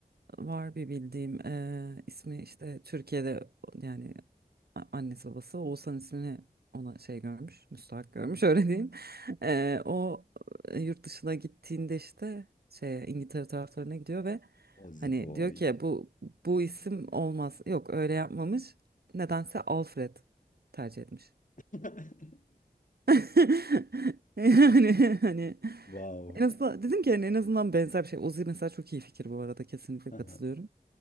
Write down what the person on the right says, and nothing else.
Var bir bildiğim eee, ismi işte Türkiye'de yani a- annesi babası Oğuzhan ismini ona şey görmüş müstahak görmüş <laughs> öyle diyeyim. Eee, o e, yurt dışına gittiğinde işte şey İngiltere taraflarına gidiyor ve
hani
diyor ki bu bu isim olmaz yok öyle yapmamış nedense Alfred tercih etmiş.
<laughs> Yani hani
en azından dedim ki hani en azından benzer bir şey. Uzi mesela çok iyi fikir bu arada kesinlikle
katılıyorum.